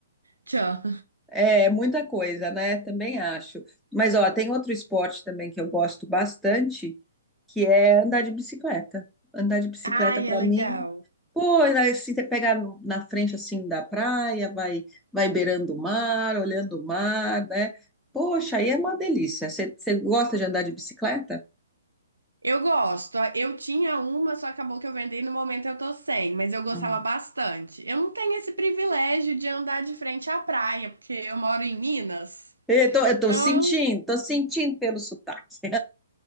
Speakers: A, on the right; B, in the centre.
A: Tchan.
B: É muita coisa, né? Também acho. Mas ó, tem outro esporte também que eu gosto bastante, que é andar de bicicleta. Andar de bicicleta
A: Ai,
B: para
A: é legal.
B: mim, pô, assim, você pega na frente assim da praia, vai vai beirando o mar, olhando o mar, né? Poxa, aí é uma delícia. Você você gosta de andar de bicicleta?
A: Eu gosto. Eu tinha uma, só acabou que eu vendei no momento eu tô sem, mas eu gostava
B: Hum.
A: bastante. Eu não tenho esse privilégio de andar de frente à praia, porque eu moro em Minas.
B: Eu tô, eu tô
A: Então,
B: sentindo, tô sentindo pelo sotaque.